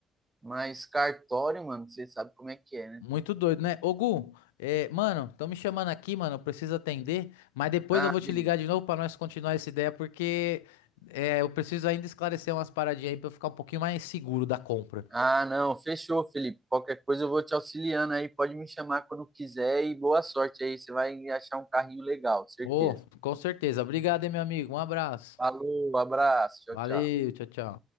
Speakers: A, on the right; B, on the left.
A: Mas cartório, mano, você sabe como é que é, né?
B: muito doido, né? Ô, Gu, é, mano, estão me chamando aqui, mano, eu preciso atender, mas depois
A: Ah,
B: eu vou
A: beleza.
B: te ligar de novo pra nós continuar essa ideia, porque é, eu preciso ainda esclarecer umas paradinhas aí pra eu ficar um pouquinho mais seguro da compra.
A: Ah, não, fechou, Felipe. Qualquer coisa eu vou te auxiliando aí, pode me chamar quando quiser e boa sorte aí, você vai achar um carrinho legal, certeza.
B: Ô, com certeza. Obrigado, hein, meu amigo. Um abraço.
A: Falou, abraço, tchau,
B: Valeu,
A: tchau.
B: tchau, tchau.